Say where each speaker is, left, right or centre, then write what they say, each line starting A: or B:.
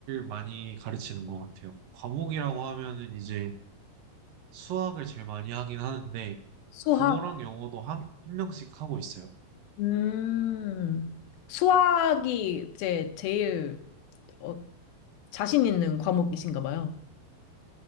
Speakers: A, on the right; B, on the left.
A: 많이 가르치는 것 같아요. 과목이라고 하면은 이제 수학을 제일 많이 하긴 하는데
B: 수학.
A: 국어랑 영어도 한, 한 명씩 하고 있어요.
B: 음, 수학이 이제 제일 어, 자신 있는 과목이신가 봐요.